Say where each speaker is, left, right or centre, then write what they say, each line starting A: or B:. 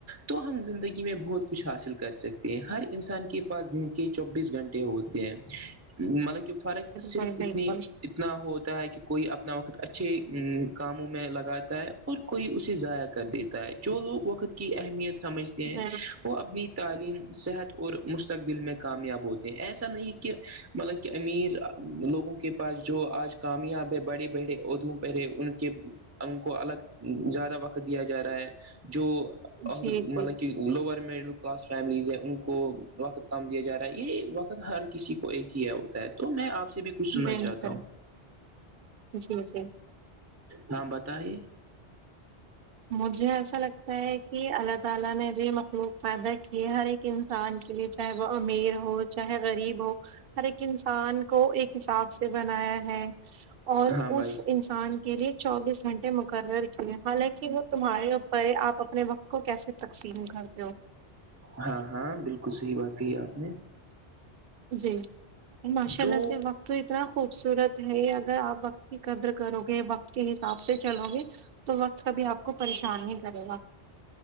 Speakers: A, on the right; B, on the right.
A: تو ہم زندگی میں بہت کچھ حاصل کر سکتے ہیں ہر انسان کے پاس دن کے چوبیس گھنٹے ہوتے مطلب <unintelligible> کہ فرق صرف
B: بالکل
A: اتنی
B: بالکل
A: اتنا ہوتا ہے کہ کوئی اپنا وقت اچھے کاموں میں لگاتا ہے اور کوئی اسے ضایع کر دیتا ہے جو لوگ وقت کی اہمیت سمجھتے ہیں
B: بل-
A: وہ اپنی تعلیم صحت اور مستقبل میں کامیاب ہو ایسا نہیں کہ مطلب کہ امیر لوگوں کے پاس جو آج کامیاب ہے بڑے بڑے عہدوں پر ہے ان کے ان کو الگ زیادہ وقت دیا جا رہا ہے جو
B: جی
A: ہلاکے
B: جی
A: لوور مڈل کلاس فیملیز ہے ان کو وقت کم دیا جا رہا ہے یہ وقت ہر کسی کو ایک ہی ہے تو میں آپ سے بھی کچھ سننا
B: بالکل
A: چاہتا ہوں
B: جی جی
A: ہاں بتایئے
B: مجھے ایسا لگتا ہے کہ اللہ تعالی نے جو یہ مخلوق پیدا کی ہے ہر ایک انسان کے لیے چاہے وہ امیر ہو چاہے غریب ہو ہر ایک انسان کو ایک حساب سے بنایا ہے اور
A: ہاں
B: اس
A: بھائی
B: انسان کے لیے چوبیس گھنٹے مقرر کیئے حالانکہ تمہارے اوپر ہے آپ اپنے وقت کو کیسے تقسیم کرتے ہو
A: ہاں ہاں بالکل صحیح بات کہی آپ نے
B: جی ماشاء
A: تو
B: اللہ سے وقت تو اتنا خوبصورت ہے اگر آپ وقت کی قدر کرو گے وقت کے حساب سے چلو گے تو وقت کبھی آپ کو پریشان نہیں کرے گا